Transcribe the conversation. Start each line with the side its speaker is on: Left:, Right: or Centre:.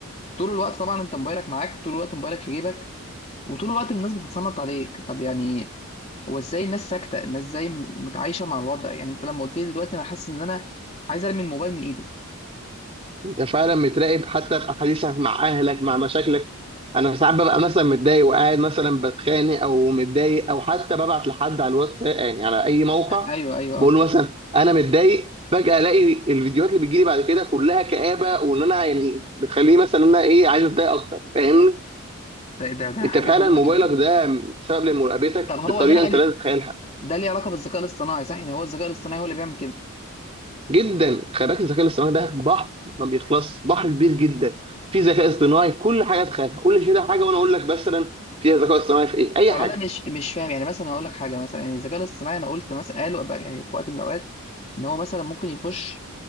Left: طول الوقت طبعا انت موبايلك معاك طول الوقت موبايلك في جيبك وطول الوقت الناس بتتصنت عليك طب يعني هو ازاي الناس ساكته الناس ازاي متعايشه مع الوضع يعني انت لما قلت لي دلوقتي انا حاسس ان انا عايز ارمي الموبايل من ايدي
Right: انت فعلا متراقب حتى في احاديثك مع اهلك مع مشاكلك انا ساعات ببقى مثلا متضايق وقاعد مثلا بتخانق او متضايق او حتى ببعت لحد على الواتس يعني على اي موقع
Left: أ- ايوه ايوه
Right: بقول
Left: اه
Right: له مثلا انا متضايق فجأة الاقي الفيديوهات اللي بتجيلي بعد كده كلها كآبة وان انا يعني بتخليني مثلا ان انا ايه عايز اتضايق اكتر فاهمني
Left: ده ده, ده حاجه
Right: انت فعلا
Left: غريبه
Right: موبايلك
Left: جدا
Right: ده سبب لمراقبتك
Left: طب هو
Right: بطريقة
Left: ده بقى
Right: انت
Left: لي-
Right: لا تتخيلها
Left: ده ليه علاقه بالذكاء الاصطناعي صح يعني هو الذكاء الاصطناعي هو اللي بيعمل كده
Right: جدا خلي بالك الذكاء الاصطناعي ده بحر ما بيخلص بحر كبير جدا في ذكاء اصطناعي في كل حاجه تخيلها قول لي كده حاجه وانا اقول لك مثلا فيها ذكاء اصطناعي في ايه اي
Left: طب
Right: حاجه
Left: انا مش مش فاهم يعني مثلا هقول لك حاجه مثلا يعني الذكاء الاصطناعي انا قلت مثلا قالوا بقى يعني في وقت من الاوقات ان هو مثلا ممكن يخش